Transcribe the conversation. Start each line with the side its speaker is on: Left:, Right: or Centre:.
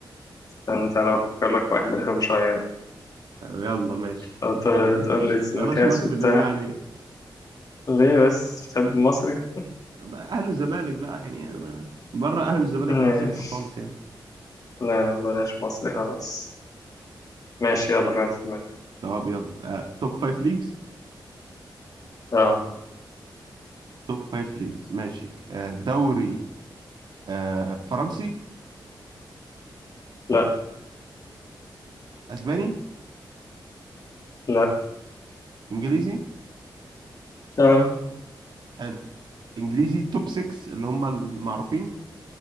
Left: استنى تعالى أفكر لك واحد رخم شوية
Right: يلا ماشي
Left: مم.
Right: بس بلاش
Left: تقول لي
Right: بلاش
Left: مكاس
Right: مصر
Left: وبتاع
Right: بالله عليك
Left: ليه بس شاب مصري
Right: بقى اهلي والزمالك بقى يعني انا بره اهلي والزمالك
Left: ماشي
Right: انا صفر خالص يعني
Left: لا لا بلاش مصري خلاص ماشي يلا في واحد في دماغي
Right: طب يلا آه، توب فايف ليجز
Left: اه
Right: توب فايف ليجز ماشي آه، دوري آه، فرنسي
Left: لا
Right: اسباني
Left: لا
Right: انجليزي
Left: اه
Right: حلو انجليزي توب 6 اللي هم المعروفين